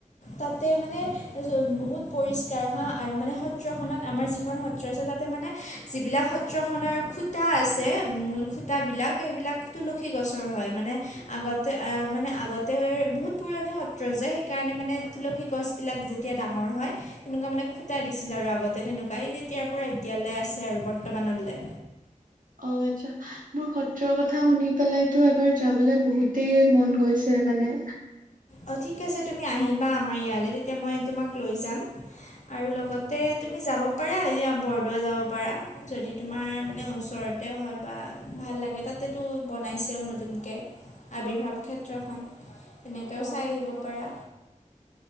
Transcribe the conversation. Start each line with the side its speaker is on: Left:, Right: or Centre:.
Left: তাতে মানে বহুত পৰিষ্কাৰ হা আৰু মানে সত্ৰখনত আমাৰ যিখন সত্ৰ আছে তাতে মানে যিবিলাক সত্ৰখনৰ খূতা আছে মূল খূতাবিলাক সেইবিলাক তুলসী গছৰ হয় মানে আগতে এ মানে, আগতে বহুত পুৰণি সত্ৰ যে সেইকাৰণে মানে তুলসী গছবিলাক যেতিয়া ডাঙৰ হয়। তেনেকুৱা মানে খূটা দিছিল আৰু আগতে তেনেকুৱা, তেতিয়াৰ পৰা এতিয়ালৈ আছে আৰু বৰ্তমানলে।
Right: অহ, আচ্ছা। মোৰ সত্ৰৰ কথা শুনি পেলাইতো এবাৰ যাবলে বহুতেই মন গৈছে মানে।
Left: অহ, ঠিক আছে তুমি আহিবা আমাৰ ইয়ালে তেতিয়া মই তোমাক লৈ যাম। আৰু লগতে তুমি যাব পাৰা এয়া বৰদোৱা যাব পাৰা। যদি তোমাৰ মানে ওচৰতে হয় বা ভাল লাগে তাতেতো বনাইছেও নতুনকে। আৱিৰ্ভাৱ ক্ষেত্ৰখন। তেতিয়াও
Right: অ
Left: চাই আহিব পাৰা।